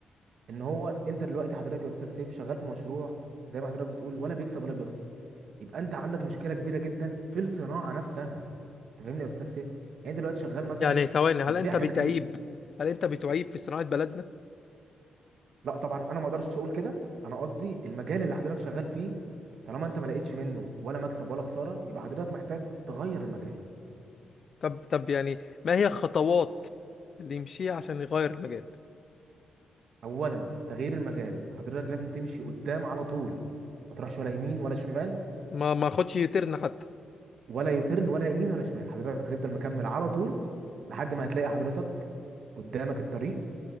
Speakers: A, on the right; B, on the left.
A: ان هو انت دلوقتي حضرتك يا استاذ سيف شغال في مشروع زي ما حضرتك بتقول ولا بيكسب ولا بيخسر يبقى انت عندك مشكله كبيره جدا في الصناعه نفسها انت فاهمني يا استاذ سيف يعني دلوقتي شغال مثلا
B: يعني ثواني هل
A: بتبيع
B: انت
A: كتاكيت
B: بتعيب هل انت بتعيب في صناعة بلدنا
A: لا طبعا انا ما اقدرش اقول كده انا قصدي المجال اللي حضرتك شغال فيه طالما انت ما لقيتش منه ولا مكسب ولا خساره يبقى حضرتك محتاج تغير المجال
B: طب طب يعني ما هي الخطوات اللي يمشيها عشان يغير المجال
A: اولا تغيير المجال حضرتك لازم تمشي قدام على طول ما تروحش ولا يمين ولا شمال
B: ما ما خدش يترن حتى
A: ولا يوترن ولا يمين ولا شمال حضرتك هتفضل مكمل على طول لحد ما هتلاقي حضرتك قدامك الطريق